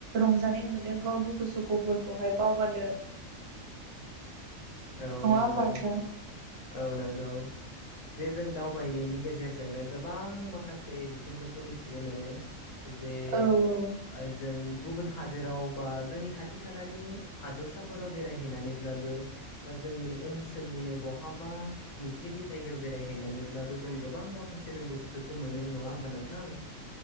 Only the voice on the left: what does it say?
औ नंगौ
औ नंगौ जे जों दावबायनायनि गेजेरजोंनो गोबां माखासे बिथिंफोरखौ मिथिनो मोनो । जे
अ जों गुबुन हादोराव बा जोंनि खाथि खालानि हादरसाफोराव बेरायहैनानैब्लाबो बा जोंनि ओनसोलनिनो बहाबा नुफेरि जायगायाव बेरायहैनानैब्लाबो जों गोबां माखासे रोंगौथिफोरखौ मोनो नङा होमबा नोंथां ।